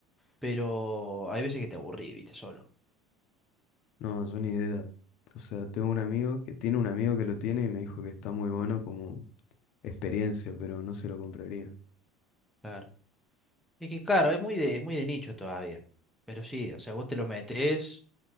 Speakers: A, in the centre; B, on the left (about 55°).
A: pero hay veces que te aburrís, viste, solo.
B: no, yo ni idea. O sea, tengo un amigo que tiene un amigo que lo tiene y me dijo que está muy bueno como experiencia, pero no se lo compraría.
A: Claro. Es que claro, es muy de, es muy de nicho todavía. Pero sí, o sea, vos te lo metes